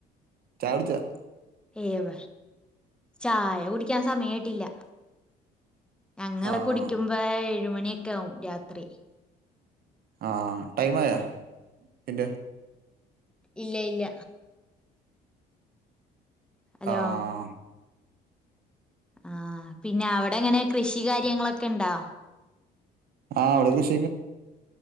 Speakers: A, on the right; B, in the centre.
A: ചായ കുടിച്ചാ
B: ഏവ ചായ കുടിക്കാൻ സമയായിട്ടില്ല ഞങ്ങ
A: ആഹ്
B: കുടിക്കുമ്പോ ഏഴുമണിയൊക്കെ ആകും രാത്രി
A: ആ ടൈം ആയാ നിന്റെ
B: ഇല്ല ഇല്ല ഹലോ
A: ആാാാ
B: ആ പിന്നെ അവിടെങ്ങനെ കൃഷി കാര്യങ്ങളൊക്കെ ഉണ്ടോ
A: ആ ഇവിടെ കൃഷ്